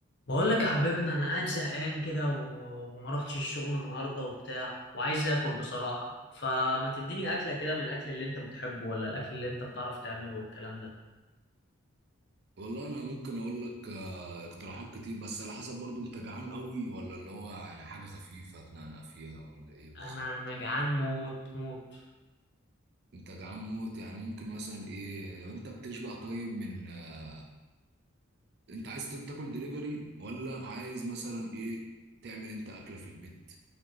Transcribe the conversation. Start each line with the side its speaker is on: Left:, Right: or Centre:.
Left: بقول لك يا حبيبنا انا قاعد زهقان كده و... وما رحتش الشغل النهارده وبتاع وعايز اكل بصراحه فما تديني اكله كده من الاكل اللي انت بتحبه ولا الاكل اللي انت بتعرف تعمله والكلام ده
Right: والله انا ممكن اقول لك آه، اقتراحات كتير بس على حسب برضو انت جعان قوي ولا اللي هو يعني حاجه خفيفه تنقنق فيها ولا ايه بالظبط
Left: انا انا جعان موت موت
Right: انت جعان موت يعني ممكن مثلا ايه لو انت بتشبع طيب من آه، انت عايز تاكل دليفري ولا عايز مثلا ايه تعمل انت اكله في البيت